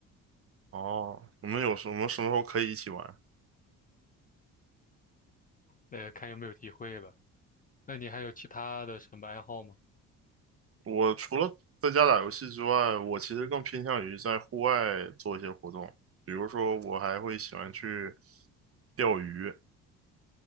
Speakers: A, on the right; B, on the left.
A: 哦，我们有什我们什么时候可以一起玩？
B: 呃，看有没有机会吧。那你还有其他的什么爱好吗？
A: 我除了在家打游戏之外，我其实更偏向于在户外做一些活动，比如说我还会喜欢去钓鱼，